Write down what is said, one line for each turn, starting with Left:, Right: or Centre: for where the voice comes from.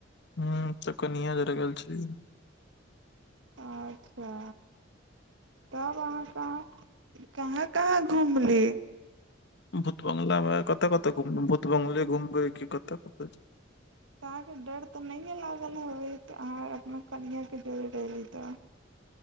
Left: ह तऽ कनिआ जरे गेल छलियै
Right: अच्छा तब अहाँ कहाँ कहाँ कहाँ घूमली
Left: भूतबंगलामे कतऽ कत घुमबै भूत बङंगला घुमबै की कतय कतय जेबय
Right: तऽ अहाँके डर तऽ नहिये लागल होयत अहाँ अपना कनिआ के डर डहली तऽ